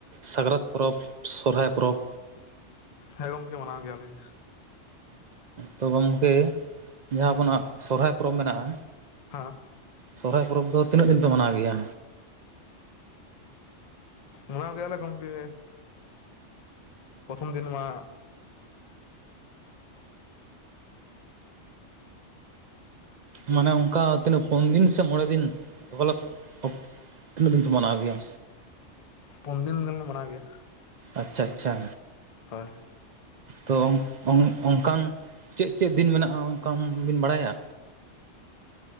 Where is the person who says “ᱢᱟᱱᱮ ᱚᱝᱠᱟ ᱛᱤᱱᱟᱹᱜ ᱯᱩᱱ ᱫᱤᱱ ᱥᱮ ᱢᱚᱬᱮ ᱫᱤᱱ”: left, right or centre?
Right